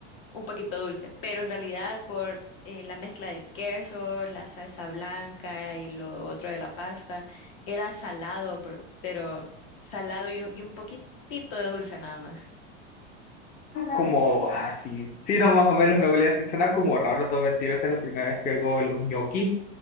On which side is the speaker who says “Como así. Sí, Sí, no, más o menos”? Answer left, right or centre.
Left